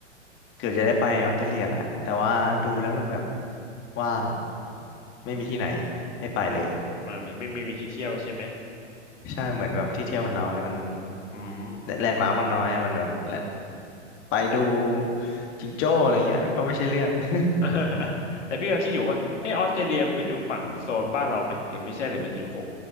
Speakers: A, on the left; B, on the left.
A: เกือบจะได้ไปออสเตรเลียแหละแต่ว่าดูแล้วมันแบบว่างไม่มีที่ไหนให้ไปเลย
B: อ๋อมันไม่ไมมีที่เที่ยวใช่ไหม
A: ใช่เหมือนแบบที่เที่ยวมันน้อยมัน
B: อืม
A: แลนด์มาร์คมันน้อยอะมันแบบและไปดู
B: แต่
A: จิงโจ้อะไรเงี้ยก็ไม่ใช่เรื่อง <laughs>
B: <laughs> แต่พี่กำลังคิดอยู่ว่าเออออสเตรเลียมันก็อยู่ฝั่งโซนบ้านเราไหมหรือไม่ใช่หรือมันอยู่พวก